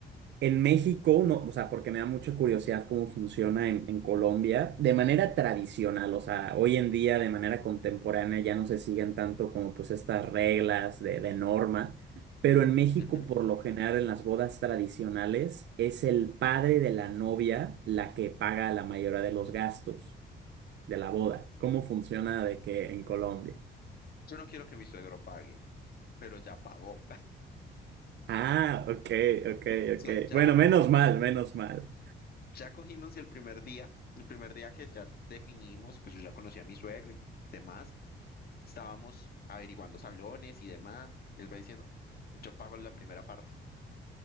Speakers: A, on the right; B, on the left.
A: En México, no, o sea, porque me da mucha curiosidad cómo funciona en, en Colombia, de manera tradicional, o sea, hoy en día, de manera contemporánea, ya no se siguen tanto como pues estas reglas de, de norma, pero en México,
B: Ujú.
A: por lo general, en las bodas tradicionales, es el padre de la novia la que paga la mayoría de los gastos. de la boda. ¿Cómo funciona de que en Colombia?
B: Yo no quiero que mi suegro pague, pero ya pagó. <laughs>
A: Ah, ok, ok,
B: O sea,
A: ok.
B: ya
A: Bueno, menos
B: cogimos,
A: mal, menos mal.
B: ya cogimos y el primer día, el primer día que ya definimos, y pues yo ya conocí a mi suegro y demás, estábamos averiguando salones y demás. Él va diciendo, yo pago la primera parte.